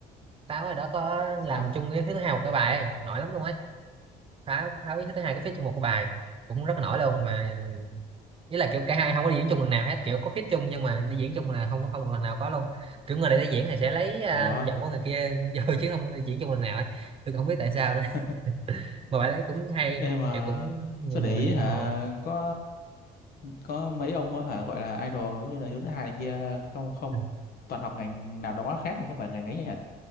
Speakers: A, on the right; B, on the left.
A: pháo rồi đó có làm
B: sao
A: chung với thứ hai một cái bài ấy nổi lắm luôn ấy pháo pháo với thứ hai có phía chung một cái bài cũng rất là nổi luôn mà ý là kiểu cả hai không có đi diễn chung lần nào hết kiểu có feat chung nhưng mà đi diễn chung là không không một lần nào có luôn kiểu người này đi diễn thì sẽ lấy à,
B: ủa
A: giọng của người kia <laughs> vô chứ không đi diễn chung lần nào ấy tôi không biết tại sao nữa
B: <laughs>
A: <laughs> mà bài đấy cũng hay
B: em mà
A: kiểu cũng nhiều
B: sao
A: người
B: để ý hả
A: ủng hộ
B: có có mấy ông á hả gọi là idol giống như là Hiếu Thứ Hai này kia không không
A: Ừ.
B: toàn học ngành nào đó khác mà không phải ngành ấy nhỉ